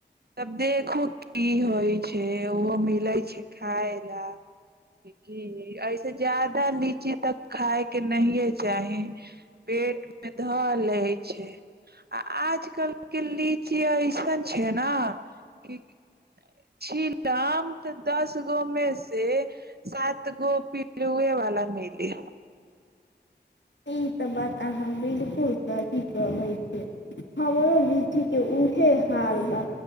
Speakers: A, on the right; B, on the left.
A: तब देखू की होइ छै ओहो मिले छै खाय ला की ऐसे ज्यादा लीची तऽ खाय के नहिये चाही पेट मे धऽ ले छै आ आजकल के लीची ऐसन छै ना की छीलम तऽ दस गो मे से सात गो पिलुए वाला मिली
B: ई त बात अहाँ बिल्कुल सही कहै छै हमरो लीची के उहे हाल बा